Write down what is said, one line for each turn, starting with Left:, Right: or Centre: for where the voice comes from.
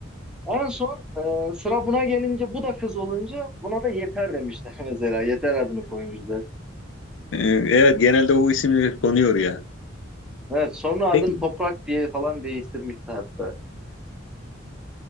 Centre: En son e, sıra buna gelince bu da kız olunca buna da Yeter demişler <laughs> mesela. Yeter adını koymuşlar.
Left: Evet genelde o isimler konuyor ya.
Centre: Evet, sonra adını
Left: Peki
Centre: Toprak diye falan değiştirmişti hatta.